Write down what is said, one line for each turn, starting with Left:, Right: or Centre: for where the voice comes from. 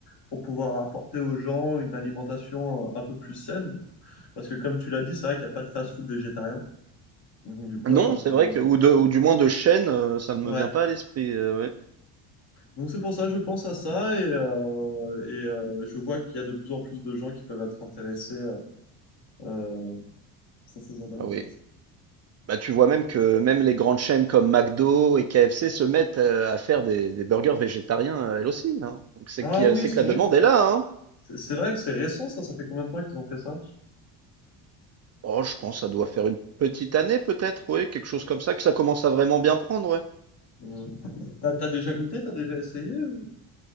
Left: pour pouvoir apporter aux gens une alimentation euh, un peu plus saine. Parce que, comme tu l'as dit, c'est vrai qu'il n'y a pas de fast-food végétarien. Donc, du coup,
Right: Non,
Left: à partir
Right: c'est
Left: de,
Right: vrai que ou de ou du moins de chaîne, heu, ça ne
Left: ouais,
Right: me vient pas à l'esprit, heu, ouais.
Left: Donc c'est pour ça, je pense à ça et, euh, et euh, je vois qu'il y a de plus en plus de gens qui peuvent être intéressés euh, euh, sur ce genre d'alimentation.
Right: ah oui. Bah, tu vois même que même les grandes chaînes comme McDo et KFC se mettent, heu, à faire des des burgers végétariens, heu, elles aussi, hein. Donc c'est
Left: Ah
Right: qu'il y a
Left: oui,
Right: c'est
Left: c'est
Right: que la
Left: vrai
Right: demande
Left: que
Right: est là, hein.
Left: c'est c'est vrai que c'est récent ça, ça fait combien de temps qu'ils ont fait ça?
Right: Oh, je pense que ça doit faire une petite année peut-être, oui, quelque chose comme ça, que ça commence à vraiment bien prendre, ouais.
Left: Hum. T'as, t'as déjà goûté, t'as déjà essayé? ou-